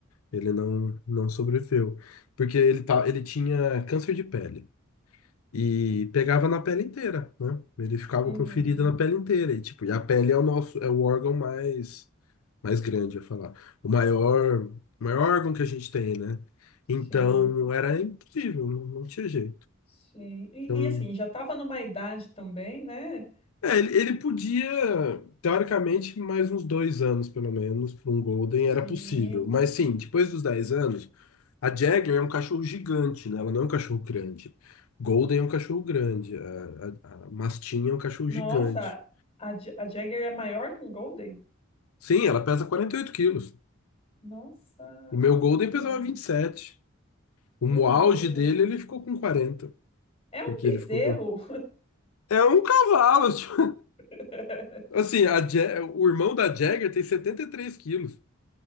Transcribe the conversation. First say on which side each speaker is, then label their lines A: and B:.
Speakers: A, on the left; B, on the left.
A: Ele não não sobreviveu, porque ele tá, ele tinha câncer de pele. E pegava na pele inteira, né? Ele ficava
B: Uhum.
A: com ferida na pele inteira. E, tipo, e a pele é o nosso, é o órgão mais, mais grande, eu ia falar. O maior, o maior órgão que a gente tem, né?
B: Sim,
A: Então, era impossível, não, não tinha jeito.
B: sim. E,
A: Então,
B: e, assim, já estava numa idade também, né?
A: É, ele, ele
B: Que-
A: podia, teoricamente, mais uns dois anos, pelo menos, para um Golden
B: sim.
A: era possível. Mas sim, depois dos 10 anos, a Jagger é um cachorro gigante, né? Ela não é um cachorro grande. Golden é um cachorro grande. A, a, a Mastim é um cachorro
B: Nossa,
A: gigante.
B: a, Ja- a Jagger é maior que um Golden?
A: Sim, ela pesa 48 quilos.
B: Nossa,
A: O meu Golden
B: é enorme.
A: pesava vinte e sete O
B: Meu Deus.
A: auge dele, ele ficou com quarenta
B: É um
A: Porque
B: bezerro.
A: ele ficou com... É um cavalo, <laughs> tipo.
B: <laughs>
A: Assim, a Ja- o irmão da Jagger tem 73 quilos.